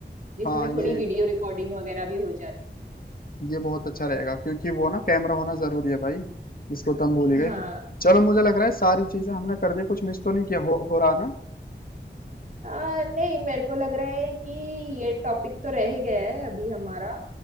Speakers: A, on the right; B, on the left.
A: जिसमें
B: हाँ
A: थोड़ी
B: ये
A: वीडियो रिकॉर्डिंग वगैरह भी हो जाती
B: ये बहुत अच्छा रहेगा क्योंकि वो ना कैमरा होना जरूरी है भाई इसको तो हम भूल ही
A: है
B: गए
A: हाँ
B: चलो मुझे लग रहा है सारी चीजें हमने कर दी कुछ मिस तो नहीं किया हो, हो रहा ना
A: आ, नहीं मेरे को लग रहा है कि ये टॉपिक तो रह ही गया है अभी हमारा